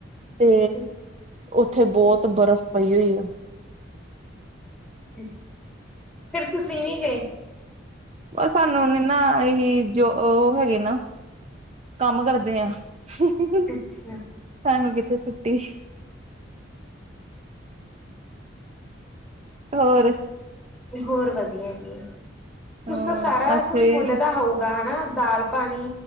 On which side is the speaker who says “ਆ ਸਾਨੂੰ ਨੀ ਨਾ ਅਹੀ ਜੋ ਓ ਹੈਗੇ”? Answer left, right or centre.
Right